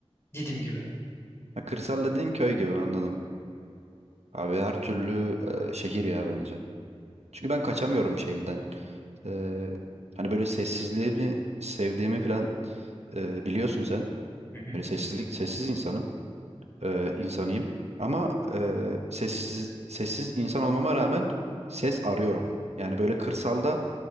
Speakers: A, on the left; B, on the right.
A: Didim gibi.
B: Ha, kırsal dediğin köy gibi anladım. Abi her türlü e, şehir ya bence. Çünkü ben kaçamıyorum şeyden. E, hani böyle sessizliği mi sevdiğimi falan e, biliyorsun sen.
A: Hı hı.
B: Böyle sessizlik sessiz insanım. E, insanıyım. Ama e, sessiz sessiz insan olmama rağmen ses arıyorum. Yani böyle kırsalda